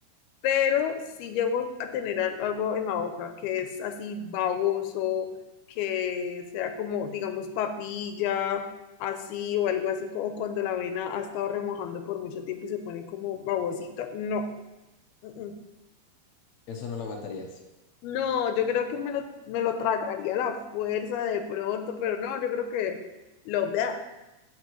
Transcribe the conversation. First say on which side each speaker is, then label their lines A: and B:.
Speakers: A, on the left; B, on the left.
A: pero si llego a tener al- algo en la boca que es así baboso, que sea como digamos papilla, así o algo así, o cuando la avena ha estado remojando por mucho tiempo y se pone como babosito, no. mm, mm.
B: Eso no lo aguantarías.
A: No, yo creo que me lo, me lo tragaría a la fuerza de pronto, pero no, yo creo que lo vea.